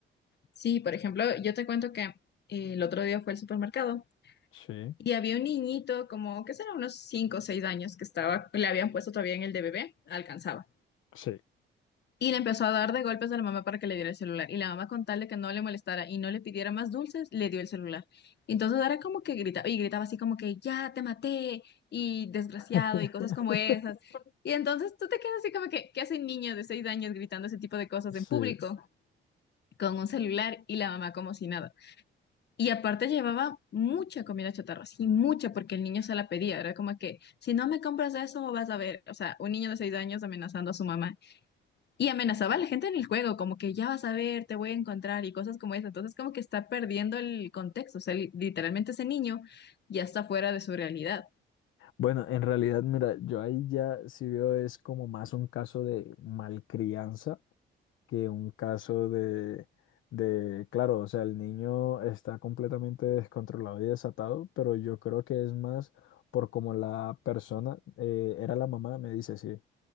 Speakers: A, on the left; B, on the left.
A: Sí, por ejemplo, yo te cuento que eh, el otro día fue al supermercado
B: Sí.
A: y había un niñito como, qué será, unos 5 o 6 años que estaba, le habían puesto todavía en el de bebé, alcanzaba.
B: Sí.
A: Y le empezó a dar de golpes a la mamá para que le diera el celular. Y la mamá con tal de que no le molestara y no le pidiera más dulces, le dio el celular. Entonces era como que gritaba, y gritaba así como que, ya te maté, y desgraciado,
B: <laughs>
A: y cosas como esas. Y entonces tú te quedas así como que, ¿qué hace un niño de 6 años gritando ese tipo de cosas
B: Sí.
A: en público con un celular y la mamá como si nada? Y aparte llevaba mucha comida chatarra, sí, mucha, porque el niño se la pedía, era como que, si no me compras eso, vas a ver, o sea, un niño de seis años amenazando a su mamá. Y amenazaba a la gente en el juego, como que ya vas a ver, te voy a encontrar y cosas como eso. Entonces, como que está perdiendo el contexto, o sea, li- literalmente ese niño ya está fuera de su realidad.
B: Bueno, en realidad, mira, yo ahí ya sí veo es como más un caso de malcrianza que un caso de, de, claro, o sea, el niño está completamente descontrolado y desatado, pero yo creo que es más por como la persona, eh, era la mamá, me dice, sí,